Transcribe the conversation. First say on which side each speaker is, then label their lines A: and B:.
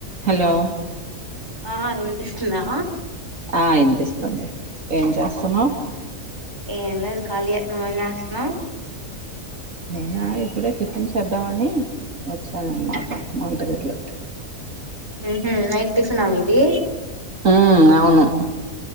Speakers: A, on the right; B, on the right.
A: Hello
B: ఆ వినిపిస్తుందా
A: ఆ ఇనిపిస్తంది ఏం చేస్తున్నావు
B: ఏం లేదు ఖాళీయే నువ్వేం చేస్తన్నావ్
A: నేనా ఇప్పుడే టిఫిన్ చేద్దామని వచ్చానన్నమాట వంట గది లోకి
B: ఊహూ నైట్ టిఫినా మీదీ
A: మ్మ్ అవును